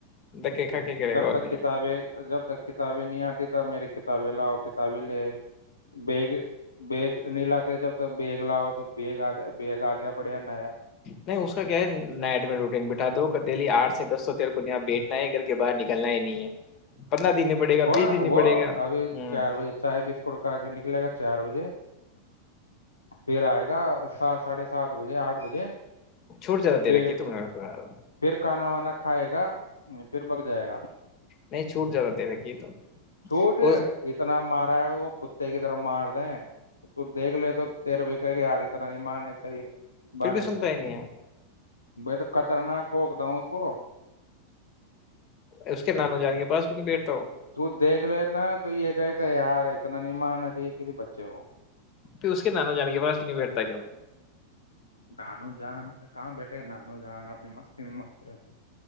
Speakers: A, on the left (about 35°); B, on the left (about 80°).
A: دکے کھا کے کرے
B: جب
A: گا اور
B: تک
A: کیا
B: کتابیں
A: ہے
B: جب تک کتابیں نہیں آتی میرری کتابیں لا کتابیں لے بیگ بیگ نیلا جب بیگ لاؤ تو بیگ بیگ آ گیا بڑھیا نیا
A: نہیں اس کا کیا ہے نائٹ میں روٹین بٹھا دہلی آٹھ سے دس سو تیر کو یہاں بیٹھنا ہے گھر کے باہر نکلنا ہی نہیں ہے پندرہ دن نہیں پڑے گا
B: کون
A: بیس دن نہیں
B: وہ
A: پڑے گا
B: ابھی
A: ہ
B: چار بجے چائے بسکٹ کا کے نکلے گا چار بجے پھر آئے گا سات ساڑھے سات بجے آٹھ بجے
A: چھوٹ جاتدا دیرے
B: پھر
A: کی تم نے نے سناا
B: پھر کھانا وانا کھائے گا پھر بگ جائے گا
A: نہیں چھوٹ زیادہ دے رکھی تم
B: چھوٹ
A: وہ
B: اتنا مارا ہے کتے کی طرف مار دیں تو دیکھ لے تو تیرے بھی کہ کے یار اتنا نہیں مارنے چاہیے بنے
A: پھر بھی سنتا
B: کو
A: ہی نہیں ہے
B: تو خطرناک ٹھوک دا ہوں اس کو
A: اس کے نانوں جان کے بس بھی نہیں بیٹ
B: تو دیکھ نا تو یہ کہ کہ یار اتنا نمن کسی بچے وہ
A: پھر اس کے نانوں جانے کے پاس نہیں بیٹھتا کیاوں
B: نانو جان کہاں بیٹھے گ نانو جان اپنی مستی میں مست رہتے